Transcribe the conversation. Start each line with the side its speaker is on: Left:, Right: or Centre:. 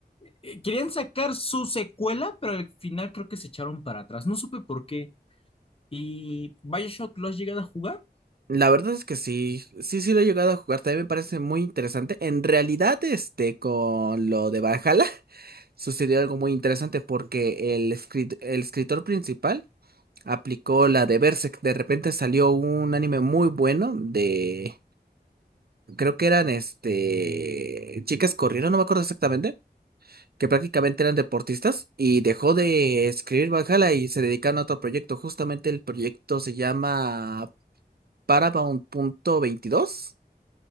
Left: Eh, Querían sacar su secuela, pero al final creo que se echaron para atrás. No supe por qué. ¿Y Bioshock lo has llegado a jugar?
Right: La verdad es que sí, sí, sí lo he llegado a jugar, también me parece muy interesante. En realidad, este, con lo de Valhalla, <laughs> sucedió algo muy interesante porque el, escrit- el escritor principal aplicó la de Berserk. De repente salió un anime muy bueno de, creo que eran este, chicas corrieron, no me acuerdo exactamente, que prácticamente eran deportistas y dejó de escribir Valhalla y se dedicaron a otro proyecto. Justamente el proyecto se llama Paramount punto veintidós